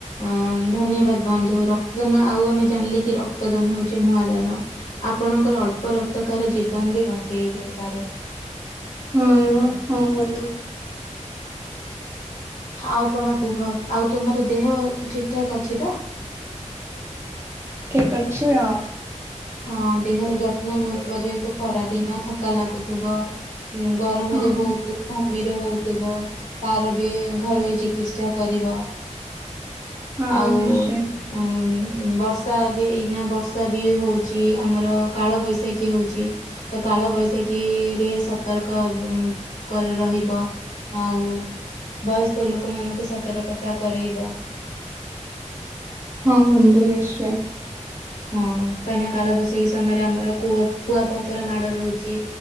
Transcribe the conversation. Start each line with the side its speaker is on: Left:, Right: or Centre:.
Left: ଅଁ ଧନ୍ୟବାଦ ବନ୍ଧୁ ରକ୍ତଦାନ ଆଉ ଆମେ ଜାଣିଲେ କି ରକ୍ତଦାନ ହଉଛି ମହାଦାନ ଆପଣଙ୍କର ଅଳ୍ପ ରକ୍ତ କାହାର ଜୀବନ ବି ବଞ୍ଚେଇ ଦେଇପାରେ।
Right: ହଁ ହଁ ବନ୍ଧୁ।
Left: ଆଉ କଣ କୁହ ଆଉ ତୁମର ଦେହ ଠିକ୍ ଠାକ୍ ଅଛି ତ?
Right: ଠିକ୍ ଅଛି ଆଉ।
Left: ହଁ ଦେହର ଯତ୍ନ ନେଉଥିବ ଯେହେତୁ ଖରା ଦିନ୍ ନ ଥକା ଲାଗୁଥିବ ଗରମରେ
Right: ହୁଁ
Left: ବହୁତ୍ ଘିମୀର ହଉଥିବ ତାର ବି ଘରୋଇ ଚିକିତ୍ସା କରିବ
Right: ହଁ
Left: ଆଉ
Right: ନିଶ୍ଚୟ
Left: ଉଁ ବର୍ଷା ବି ଏଇନା ବର୍ଷା ବି ହଉ ଚି ଆମର କାଳବୈଶାଖୀ ହଉଚି ତ କାଳବୈଶାଖୀ ରେ ସତର୍କ କରି ରହିବ ଆଉ ବୟସ୍କ ଲୋକମାନ ଙ୍କୁ ସତର୍କତା କରେଇବ।
Right: ହଁ ବନ୍ଧୁ ନିଶ୍ଚୟ।
Left: ହଁ କାହିଁନା କାଳବୈଶାଖୀ ସମୟରେ ଆମର କୁଅ କୁଆପଥର ମାଡ଼ ରହୁଛି